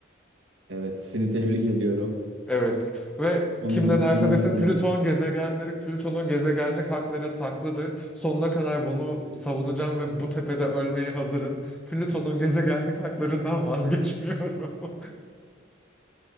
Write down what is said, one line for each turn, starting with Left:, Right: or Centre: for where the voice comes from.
Right: Evet, seni tebrik ediyorum.
Centre: Evet ve
Right: Konumuzun
Centre: kim ne
Right: kazananı
Centre: derse desin
Right: sen
Centre: Plüton
Right: oldun.
Centre: gezegendir. Plüton'un gezegenlik hakları saklıdır. Sonuna kadar bunu savunacağım ve bu tepede ölmeye hazırım. Plüton'un gezegenlik haklarından vazgeçmiyorum. <laughs>